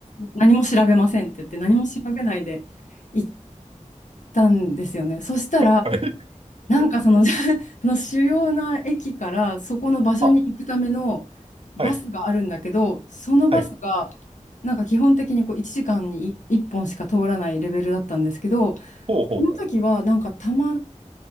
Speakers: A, on the left; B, on the right.
A: 何も調べませんって言って、何も調べないで行ったんですよね。そしたら、
B: あ、はい。
A: なんかその、<laughs> その主要な駅からそこの場所に行くための
B: あ、
A: バスがあるんだけど、
B: はい、
A: そのバスが、
B: はい。
A: なんか基本的にこう1時間に1本しか通らないレベルだったんですけど、
B: ほうほうほう。
A: その時はなんかたま